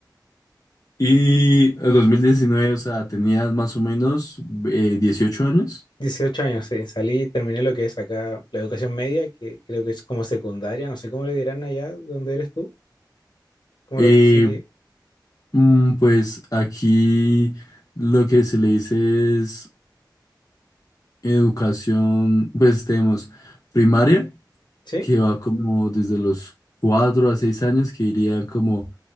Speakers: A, on the left; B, on the left.
A: Y el dos mil diecinueve o sea, tenías más o menos eh, 18 años.
B: Dieciocho años, sí. Salí, terminé lo que es acá la educación media, que creo que es como secundaria. No sé cómo le dirán allá donde eres tú, como
A: Eh,
B: lo que sigue.
A: mm, pues aquí lo que se le dice es educación, pues tenemos primaria.
B: Sí,
A: que va como desde los cuatro a seis años, que iría como